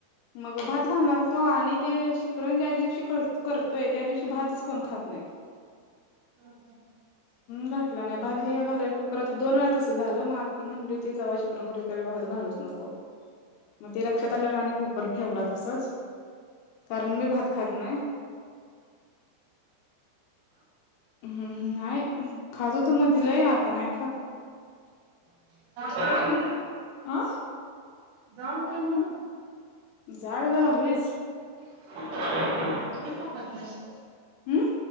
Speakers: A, on the left (about 90°); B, on the right (about 90°).
A: मग भात घालणार तो आणि ते श पूरण ज्या दिवशी कर करतोय त्या दिवशी भातच कोण खात नाहीत
B: <inaudible>
A: घातला नाही भात घ्या घालायला कुकरात तर दोन वेळा अस झालं म आत्ती म्हणली होती जव्हा श गुरी त्यां वेळी भात घालूस नको मग ते लक्षात आल्यावर आणी कुकर ठेवला तसच कारण मी भात खात नाही नाहीय खातो तो मधी लई आता नाही खात
B: <unintelligible>
A: आ..
B: जाड होतय म्हणून
A: जाड झालयोच
B: <inaudible> मग का खात नाही स
A: अं